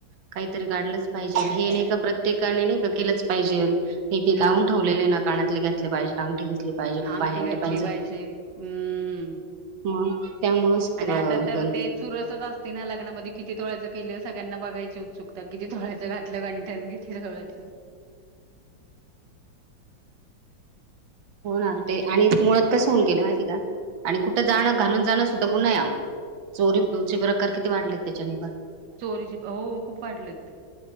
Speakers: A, on the right; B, on the right.
A: काहीतरी काढलंच पाहिजे. प्रत्येकाने नाही का केलंच पाहिजे हे ते लावून ठेवलेले ना कानातले घातले पाहिजे. अंगठी घेतली पाहिजे,
B: अंगठी
A: पायातलं
B: घातली
A: पैंजण
B: पाहिजे हम्म
A: मग त्यामुळें सगळं
B: आणि आता तर
A: घोधळ
B: ते चुरसच असते लग्नामध्ये किती तोळ्याचं केलं सग्यांना बघायची उत्सुकता किती तोळ्याचं घातलं घंटन, ळायचं
A: हो ना ते आणि मुळात कसं होऊन गेलं माहिती का आणि कुठं जाणं घालून जाणं सुद्धा गुन्हा आहे. चोरीचे प्रकार किती वाढलेत त्याच्या नि
B: चोरीचे प हो खूप वाढलेत.